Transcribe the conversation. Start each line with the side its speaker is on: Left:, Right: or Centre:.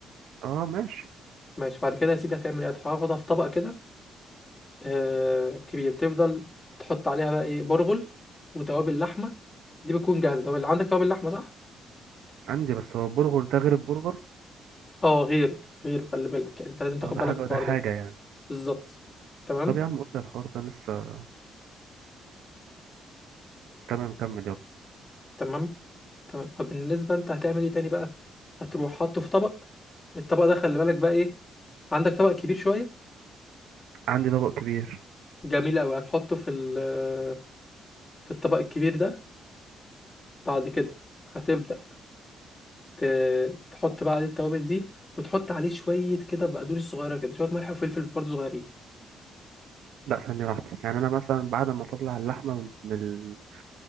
Right: اه ماشي
Left: ماشي بعد كده يا سيدي هتعمل ايه هتاخدها في طبق كده آه، كبير تفضل تحط عليها بقى ايه برغل وتوابل لحمه دي بتكون جاهزه توابل عندك توابل لحمه صح
Right: عندي بس هو البرجر ده غير البرجر
Left: اه غيره غيره خلي بالك يعني انت لازم تاخد
Right: اه ده
Left: بالك
Right: حاجة
Left: من الحوار
Right: وده حاجة
Left: ده
Right: يعني
Left: بالظبط تمام
Right: طب يا عم قلت الحوار ده لسه تمام كمل يلا
Left: تمام تمام فبالنسبه انت هتعمل ايه تاني بقى هتروح حاطه في طبق الطبق ده خلي بالك بقى ايه عندك طبق كبير شويه
Right: عندي طبق كبير
Left: جميل قوي هتحطه في ال- في الطبق الكبير ده بعد كده هتبدا ت- تحط بقى عليه التوابل دي وتحط عليه شويه كده بقدونس صغيره كده شويه ملح وفلفل برضه صغيرين
Right: لا ثانية واحدة يعني أنا مثلا بعد ما أطلع اللحمة من الفريزر